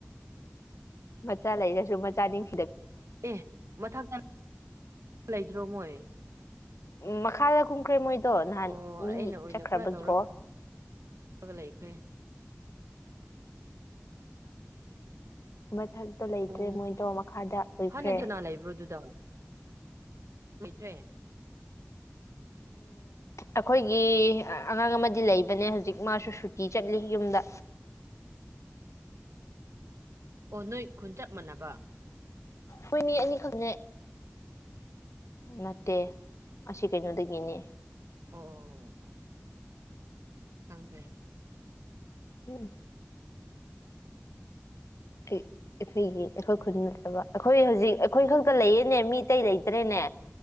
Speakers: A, on the left; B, on the right.
A: ꯃꯆꯥ ꯂꯩꯔꯁꯨ ꯃꯆꯥ ꯅꯤꯡ
B: ꯑꯦ ꯃꯊꯪꯛꯇ ꯂꯩ ꯔꯣꯃꯣꯏ
A: ꯎꯝ ꯃꯈꯥꯗ ꯀꯨꯝꯈ꯭ꯔꯦ ꯃꯣꯏ ꯑꯗꯣ ꯅꯍꯥꯟ
B: ꯑꯣ
A: ꯃꯤ
B: ꯑꯩꯅ ꯑꯣꯏꯅ
A: ꯆꯠꯈ꯭ꯔꯕꯒꯤꯀꯣ
B: ꯄꯨꯔꯥ ꯇꯧꯔꯒ ꯂꯩꯈ꯭ꯔꯦ
A: ꯃꯊꯟ ꯇ ꯂꯩꯇ꯭ꯔꯦ
B: ꯑꯣ
A: ꯃꯣꯏꯗꯣ ꯃꯈꯥꯗ ꯂꯪꯈ꯭ꯔꯦ
B: ꯍꯥꯟꯅꯗꯤ ꯀꯅꯥ ꯂꯩꯕ꯭ꯔꯣ ꯑꯗꯨꯗ ꯂꯩꯇ꯭ꯔꯦ <inaudible>
A: ꯑꯈꯣꯏꯒꯤ ꯑꯉꯥꯡ ꯑꯃꯗꯤ ꯂꯩꯕꯅꯦ ꯍꯧꯖꯤꯛ ꯃꯥꯁꯨ ꯁꯨꯇꯤ ꯆꯠꯂꯤ ꯌꯨꯝꯗ
B: ꯑꯣ ꯅꯣꯏ ꯈꯨꯟꯆꯞ ꯃꯥꯟꯅꯕ
A: ꯍꯣꯏ ꯃꯤ ꯑꯅꯤꯈꯛꯅꯦ ꯅꯠꯇꯦ ꯑꯁꯤ ꯀꯩꯅꯣꯗꯒꯤꯅꯤ
B: ꯑꯣ ꯈꯪꯈ꯭ꯔꯦ
A: ꯎꯝ ꯑꯩꯈꯣꯏꯒꯤ ꯑꯩꯈꯣꯏ ꯈꯨꯟ ꯅꯠꯇꯕ ꯑꯩꯈꯣꯏ ꯍꯧꯖꯤꯛ ꯑꯩꯈꯣꯏ ꯈꯛꯇ ꯂꯩꯌꯦꯅꯦ ꯃꯤ ꯑꯇꯩ ꯂꯩꯇ꯭ꯔꯦꯅꯦ